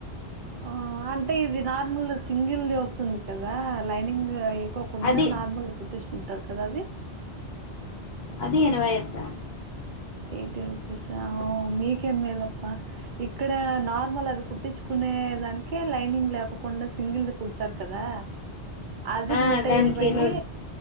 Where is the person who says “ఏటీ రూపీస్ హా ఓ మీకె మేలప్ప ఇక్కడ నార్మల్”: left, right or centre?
Right